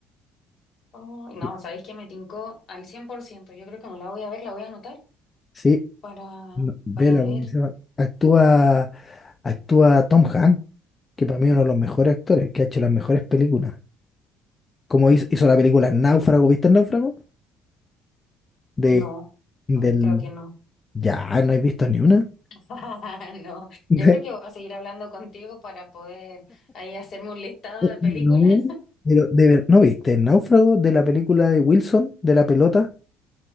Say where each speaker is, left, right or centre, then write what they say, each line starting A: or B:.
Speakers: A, on the left (about 45°); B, on the left (about 20°).
A: Oh, no,
B: Sí,
A: ¿sabéis que me tincó al cien por ciento Yo creo que me la voy a ver, la voy a anotar.
B: sí,
A: Para,
B: no, vela,
A: para ver,
B: porque se llama- actúa, actúa Tom Hanks. que para mí es uno de los mejores actores, que ha hecho las mejores películas. Como hizo, hizo la película Náufrago, ¿viste el Náufrago? De,
A: no, no,
B: del...
A: creo que no.
B: Ya, no he visto ni una.
A: <laughs> No,
B: <laughs>
A: yo creo que voy a seguir hablando contigo para poder ahí hacerme un listado
B: De-
A: de películas.
B: No, pero de ver- ¿no viste el Náufrago de la película de Wilson, de la pelota?